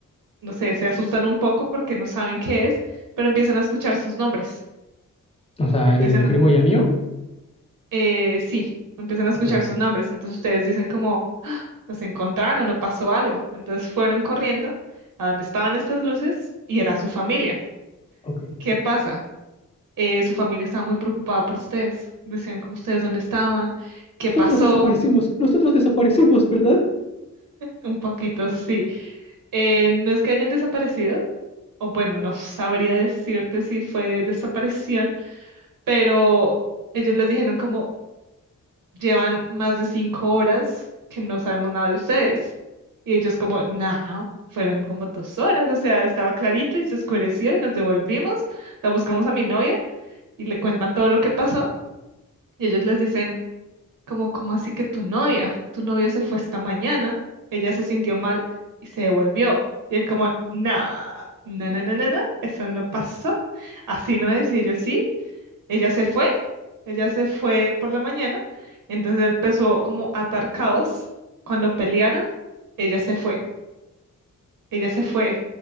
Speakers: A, on the right; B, on the left.
A: no sé, se asustan un poco porque no saben qué es, pero empiezan a escuchar sus nombres.
B: O sea,
A: Empiezan
B: el de mi
A: a,
B: primo y el mío.
A: eh, sí, empiezan a escuchar
B: Ok,
A: sus nombres. Entonces ustedes dicen como, nos encontraron o pasó algo. Entonces fueron corriendo a donde estaban estas luces y era su familia.
B: ok.
A: ¿Qué pasa? eh, su familia estaba muy preocupada por ustedes. Decían como ustedes dónde estaban, qué
B: Nosotros
A: pasó,
B: desaparecimos, nosotros desaparecimos, ¿verdad?
A: un poquito, sí. Eh, no es que hayan desaparecido, o bueno, no sabría decirte si fue desaparición, pero ellos les dijeron como llevan más de cinco horas que no sabemos nada de ustedes. Y ellos como, no, fueron como dos horas, o sea, estaba clarito y se oscureció y nos devolvimos, la buscamos a mi novia y le cuentan todo lo que pasó. Y ellos les dicen, Como, como así que tu novia? Tu novia se fue esta mañana, ella se sintió mal y se devolvió. Y él como, no, no, no, no, no, no, eso no pasó. Así no es. Y ellos sí, ella se fue, ella se fue por la mañana. Entonces él empezó como a atar caos. Cuando pelearon, ella se fue, ella se fue,